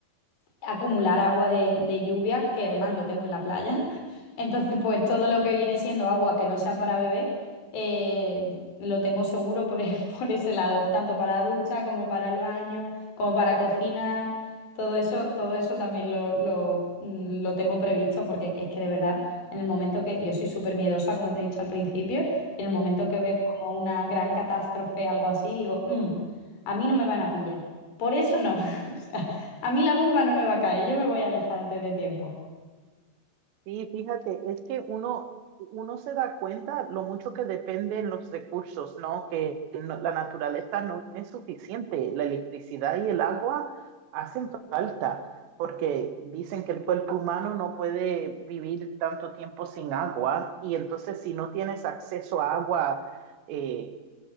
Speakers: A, on the left; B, on the right.
A: acumular agua de, de lluvia, que además lo tengo en la playa. <laughs> Entonces, pues todo lo que viene siendo agua que no sea para beber, eh, lo tengo seguro por, e- <laughs> por ese lado, tanto para la ducha como para el baño, como para cocinar. Todo eso, todo eso también lo, lo, mm, lo tengo previsto porque es que de verdad, en el momento que yo soy súper miedosa, como te he dicho al principio, y en el momento que veo como una gran catástrofe, algo así, digo, "Mm, a mí no me van a pillar. Por eso no. <laughs> O sea, a mí la bomba no me va a caer, yo me voy a alejar antes de tiempo.
B: Sí, fíjate, es que uno, uno se da cuenta lo mucho que dependen los recursos, ¿no? Que no- la naturaleza no es suficiente. La electricidad y el agua hacen falta, porque dicen que el cuerpo humano no puede vivir tanto tiempo sin agua, y entonces si no tienes acceso a agua, eh,